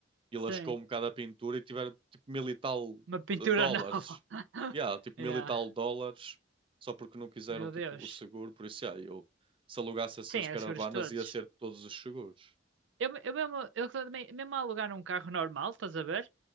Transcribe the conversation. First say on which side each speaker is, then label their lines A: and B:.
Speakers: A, on the right; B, on the right.
A: e lascou
B: Sim,
A: um bocado a pintura e tiveram tipo mil e tal
B: uma pintura
A: dólares,
B: nova. <laughs>
A: yeah, tipo
B: Yeah,
A: mil e tal dólares, só porque não quiseram
B: meu
A: tipo
B: Deus.
A: o seguro, por isso, yeah, eu se alugasse essas
B: Sim, era
A: caravanas
B: seguros todos.
A: ia ser todos os seguros.
B: Eu, eu mesmo, eu também, mesmo a alugar um carro normal, estás a ver?